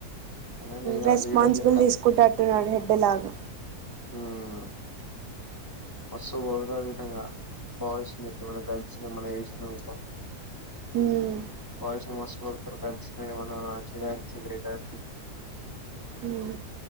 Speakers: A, on the left (about 30°); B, on the right (about 80°).
A: ఆయననే ఇగ
B: రెస్పాన్సిబుల్
A: లీడర్ లెక్క
B: తీసుకుంటేటున్నాడు హెడ్ లాగా
A: హ్మ్ మాస్తు <unintelligible> బద ఇంగ బాయ్స్ ని మన గర్ల్స్ ని ఎమ్మాన్నాచేసినావు అనుకో
B: మ్మ్
A: బాయ్స్ మస్తు కొడతరు గర్ల్స్ కి ఏమనరు <unintelligible>
B: హ్మ్